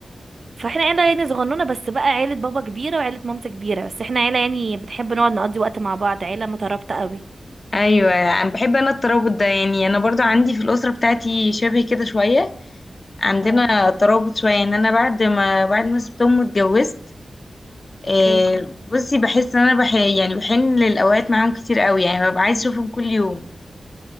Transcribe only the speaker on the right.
فاحنا عيله يعني صغنونه بس بقى عيله بابا كبيره وعيله مامتي كبيره بس احنا عيله يعني بنحب نقعد نقضي وقت مع بعض عيله مترابطه قوي
اه
اوكي